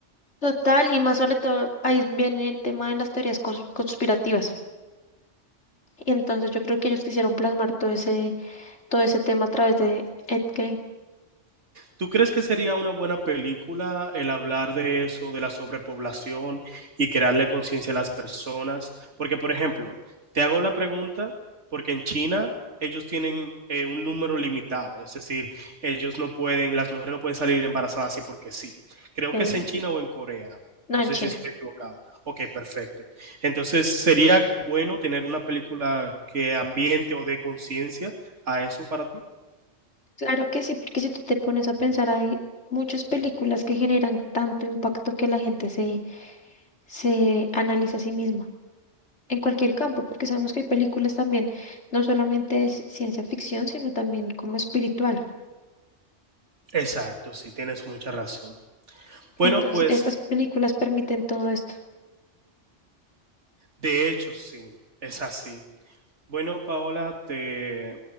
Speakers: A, on the left; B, on the right.
A: Total, y más sobre todo, ahí viene el tema de las teorías cons- conspirativas. Y entonces yo creo que ellos quisieron plasmar todo ese, todo ese tema a través de Ed Gein,
B: ¿Tú crees que sería una buena película el hablar de eso, de la sobrepoblación y crearle conciencia a las personas? Porque, por ejemplo, te hago la pregunta porque en China ellos tienen eh, un número limitado, es decir, ellos no pueden, las mujeres no pueden salir embarazadas así porque sí. Creo
A: eh
B: que es en China o en Corea.
A: no
B: No
A: en
B: sé
A: China.
B: si estoy equivocado. Ok, perfecto. Entonces, ¿sería bueno tener una película que ambiente o dé conciencia a eso para ti?
A: Claro que sí, porque si tú te pones a pensar, hay muchas películas que generan tanto impacto que la gente se, se analiza a sí misma en cualquier campo, porque sabemos que hay películas también, no solamente de ci- ciencia ficción, sino también como espiritual.
B: Exacto, sí, tienes mucha razón.
A: Entonces,
B: Bueno, pues
A: estas películas permiten todo esto.
B: de hecho sí, es así. Bueno, Paola, te